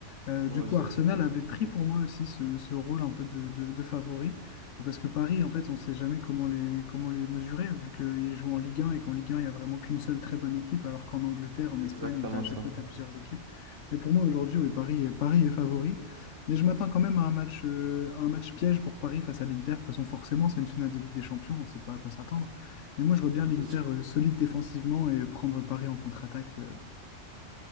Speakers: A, on the left; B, on the right.
A: Euh,
B: Ouais,
A: du coup,
B: c'est
A: Arsenal avait pris pour moi aussi ce, ce rôle un peu de, de, de favori, parce que Paris, en fait, on ne sait jamais comment les, comment les mesurer, vu qu'ils jouent en Ligue 1 et qu'en Ligue 1, il n'y a vraiment qu'une seule très bonne équipe, alors qu'en Angleterre, en
B: c'est
A: Espagne,
B: exactement
A: t'as- à chaque
B: ça.
A: fois, tu as plusieurs équipes. Mais pour moi, aujourd'hui, oui, Paris, Paris est favori. Mais je m'attends quand même à un match, euh, à un match piège pour Paris face à l'Inter. De toute façon, forcément, c'est une finale de Ligue des Champions, on ne sait pas à quoi s'attendre. Mais moi, je vois bien l'Inter,
B: C'est sûr.
A: euh, solide défensivement et prendre Paris en contre-attaque, euh,